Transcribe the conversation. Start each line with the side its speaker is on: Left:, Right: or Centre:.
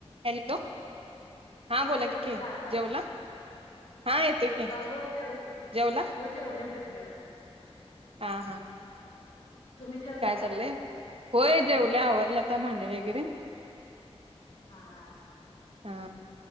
Right: Hello हा बोला
Left: येतोय
Right: कि.
Left: का आवाज
Right: जेवला? हा येतोय की
Left: अ हो जेवलो.
Right: जेवला
Left: हो जेवले म्हटलं.
Right: हा हा.
Left: तुम्ही जेवला
Right: काय चाललंय
Left: का?
Right: होय जेवल्या आवरल आता भांडे वगैरे.
Left: हा हा.
Right: हा.